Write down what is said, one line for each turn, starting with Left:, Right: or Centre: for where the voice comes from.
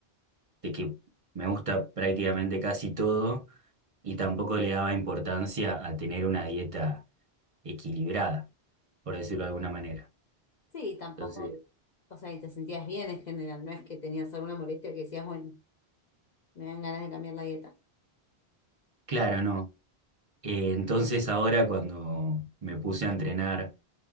Right: de que me gusta prácticamente casi todo y tampoco le daba importancia a tener una dieta equilibrada, por decirlo de alguna manera.
Left: Sí, tampoco
Right: Entonces,
Left: O sea, y te sentías bien en general, no es que tenías alguna molestia que decías, bueno, me dan ganas de cambiar la dieta.
Right: claro, no. Eh, entonces ahora cuando me puse a entrenar